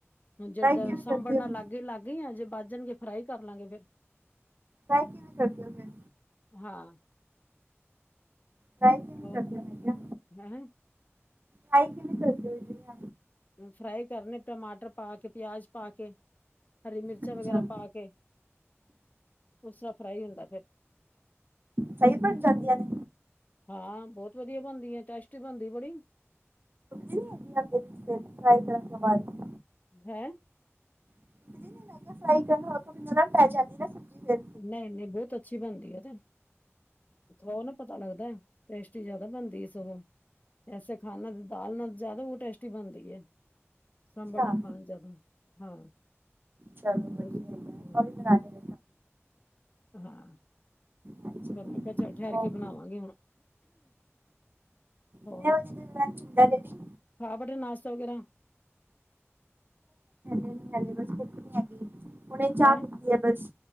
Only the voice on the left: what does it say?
ਹੁਣ ਜਦ
ਸਾਂਭਣ
ਨਾਲ
ਲੱਗ ਅੱਗੇ ਲੱਗ ਗਈਆ ਏ, ਜੇ ਬਜ ਜਾਣਗੇ, ਫਰਾਈ ਕਰ ਲਾਂਗੇ ਫੇਰ।
ਹਾਂ।
ਹੋਰ,
ਹੂੰ-ਹੂੰ।
ਫਰਾਈ ਕਰਨੇ, ਟਮਾਟਰ ਪਾ ਕੇ, ਪਿਆਜ ਪਾ ਕੇ। ਹਰੀ ਮਿਰਚਾਂ
ਵਗੈਰਾ
ਪਾ ਕੇ। ਉਸ ਤਰ੍ਹਾਂ ਫਰਾਈ ਹੁੰਦਾ ਫਿਰ।
ਹਾਂ, ਬਹੋਤ ਵਧੀਆ ਬਣਦੀ ਹੈ। ਟੈਸਟ ਬਣਦੀ ਬੜੀ।
ਹੈਂ?
ਨਹੀਂ-ਨਹੀਂ ਬਹੋਤ ਅੱਛੀ ਬਣਦੀ ਏ ਉਹ ਤੇ। ਉਪਰੋ ਨੀ ਪਤਾ ਲੱਗਦਾ, ਟੇਸਟੀ ਜਿਆਦਾ ਬਣਦੀ ਏ ਸਗੋਂ। ਐਸੇ ਖਾਣ ਨਾਲ, ਦਾਲ ਨਾਲ ਜ਼ਿਆਦਾ ਉਹ ਟੇਸਟੀ ਬਣਦੀ ਐ। ਸਾਂਬਰ
ਨਾਲ ਖਾਣ ਜ਼ਿਆਦਾ, ਹਾਂ।
ਬਹੁਤ
ਹਾਂ
ਹਾਂ।
ਫਿਰ ਮੈਂ ਕੇਆ ਚਲ
ਠਹਿਰ ਕੇ ਬਣਾਵਾਂਗੇ ਹੁਣ। ਹੋਰ
ਖਾ ਬੈਠੇ ਨਾਸ਼ਤਾ ਵਗੈਰਾ।
ਹੈਂ